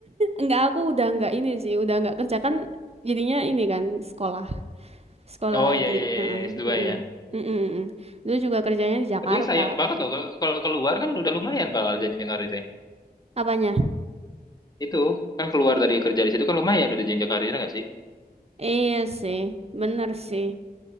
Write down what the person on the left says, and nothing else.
Oh
iya iya
iya s dua
ya.
Tapi sayang banget loh ke- kalau keluar kan udah lumayan Pak jenjang karirnya.
Itu kan keluar dari kerja di situ kan lumayan udah jenjang karirnya nggak sih?